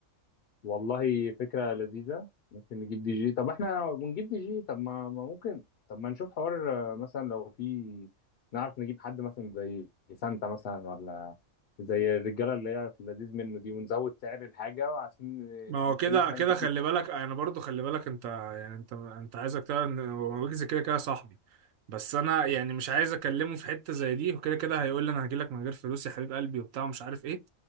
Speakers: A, on the left (about 55°); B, on the right (about 85°).
A: والله فكرة لذيذة ممكن نجيب دي جي طب احنا بنجيب دي جي طب ما ما ممكن طب ما نشوف حوار آه، مثلا لو في نعرف نجيب حد مثلا زي سانتا مثلا ولا زي الرجالة اللي هي في اللذيذ منه دي ونزود سعر الحاجة عشان
B: ما
A: آه،
B: هو
A: ممكن
B: كده
A: احنا
B: كده
A: نجيب
B: خلي بالك انا برضو خلي بالك انت يعني انت انت عايزك تعرف ان ويجز كده كده صاحبي بس انا يعني مش عايز اكلمه في حته زي دي وكده كده هيقول لي انا هجيلك من غير فلوس يا حبيب قلبي وبتاع مش عارف ايه